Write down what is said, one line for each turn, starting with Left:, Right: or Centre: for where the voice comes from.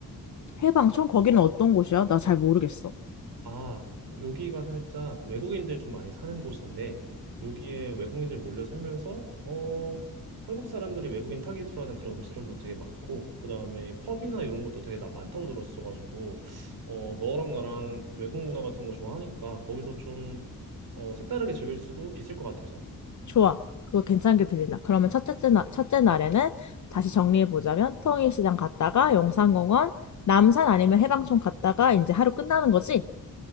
Left: 해방촌? 거기는 어떤 곳이야? 나 잘 모르겠어.
Right: 아, 여기가 살짝 외국인들 좀 많이 사는 곳인데, 여기에 외국인들 몰려 살면서, 어, 한국 사람들이 외국인 타깃으로 하는 그런 음식점도 되게 많고, 그 다음에 펍이나 이런 것도 되게 나 많다고 들었어가지고, 어, 너랑 나랑 외국 문화 같은 거 좋아하니까, 거기서 좀, 어, 색다르게 즐길 수도 있을 것 같아서.
Left: 좋아. 그거 괜찮게 들린다. 그러면 첫째 날, 첫째 날에는 다시 정리해보자면 통일시장 갔다가 용산공원, 남산 아니면 해방촌 갔다가 이제 하루 끝나는 거지?